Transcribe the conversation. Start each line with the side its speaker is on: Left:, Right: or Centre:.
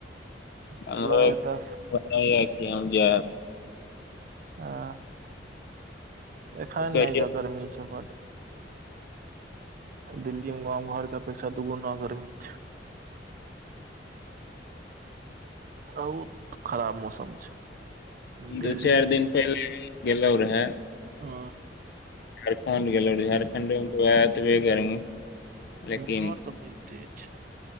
Left: हमरो
Right: गेलहुँ
Left: एक
Right: एतऽ
Left: बनी जा
Right: आ एखन
Left: कहिय
Right: नहि जाउ गरमी छै बड़ दिल्ली मे गाँव घर के अपेक्षा दू गुणा गर्मी छै बहुत खराब मौसम छै दिल्ली
Left: दू चारि दिन पहिले गेलोह रहे
Right: हु
Left: झारखंड गेलै ओ झारखंडमे तऽ वएहऽ तवै गर्मी
Right: वहाँ
Left: लेकिन
Right: तऽ फेर तेज